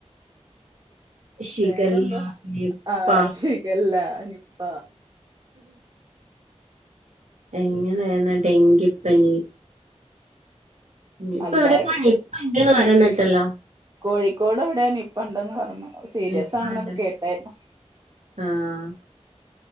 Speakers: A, on the right (about 80°); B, on the right (about 35°).
A: ശിഖല്ല
B: വേറെന്താ
A: നിപ്പ
B: ആ ഷിഗല്ല നിപ്പ
A: ഇങ്ങനെയന്ന് ഡെങ്കിപ്പനി ഇപ്പൊ
B: എല്ലാരും
A: എവിടെയക്കോ
B: ഉണ്ട്
A: നിപ്പ ഇണ്ടന്ന് പറയുന്ന് കേട്ടല്ലോ
B: കോഴിക്കോട് എവിടെയോ നിപ്പ ഉണ്ടെന്ന് പറഞ്ഞു സീരിയസ്
A: നിപ്പല്ലേ
B: ആണെന്നൊക്കെ കേട്ടായിരുന്നു
A: ആഹ്